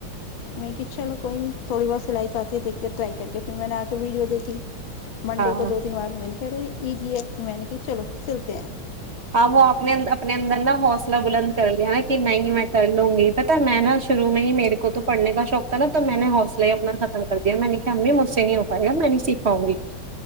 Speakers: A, on the left; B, on the right.
A: نہیں کہ چلو کوئی نہیں تھوڑی بہت سلائی تو آتی ہے دیکتے ٹرائی کر کے پھر میں نے آ کے ویڈیو دیکھی <unintelligible> منڈے
B: ہاں
A: کو دو تین بار م کہ رہے ای جی ہے میں نے کہ چلو چلتے
B: آاں وہ اپنے اپنے اندر نا حوصلہ بلند کر لیا نا کہ نہیں میں کر لوں گی پتا میں نا شروع میں ہی میرے کو تو پڑھنے کا شوق تھا نا تو میں نے حوصلہ اپنا ختم کر دیا میں نے امی مجھ سے نہیں ہو پائے گا میں نہیں سیکھاؤں گی